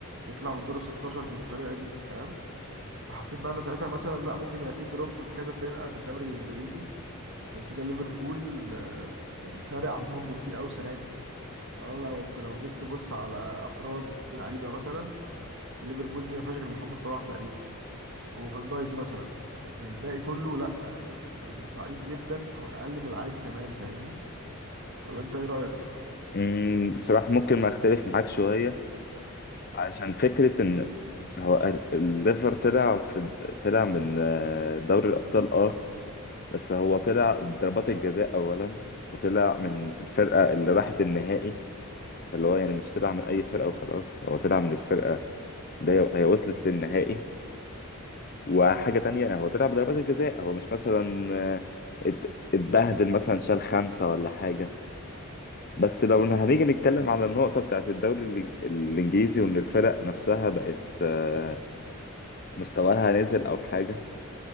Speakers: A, on the right (about 60°); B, on the left (about 45°).
A: يطلع من الدور ال 16 بالطريقه دي فاهم فحسيت بقى انا ساعتها مثلا لا ممكن يبقى في دروب في كذا فرقه في الدوري الانجليزي عشان كده ليفربول ما يعني فارق عنهم بكتير قوي السنه دي اصل أنا لو انت لو جيت تبص على افراد لعيبه مثلا انت ليفربول دي ما فيهاش غير محمد صلاح تقريبا وفان دايك مثلا لكن الباقي كله لا يعني ضعيف جدا او اقل من العادي كمان فاهمني ولا انت ايه رايك
B: أمم، بصراحة ممكن ما اختلف معاك شوية عشان فكرة ان هو ال- الليفر طلع في طلع من آه، دوري الأبطال اه بس هو طلع ضربات الجزاء اولا وطلع من الفرقة اللي راحت النهائي اللي هو يعني مش طلع من اي فرقة وخلاص هو طلع من الفرقة اللي هي هي وصلت للنهائي وحاجة تانية هو طلع بضربات الجزاء هو مش مثلا آه، ات- اتبهدل مثلا شال خمسة ولا حاجة بس لو إن هنيجي نتكلم على النقطة بتاعت الدوري ال- الإنجليزي وإن الفرق نفسها بقت آه، مستواها نزل أو حاجة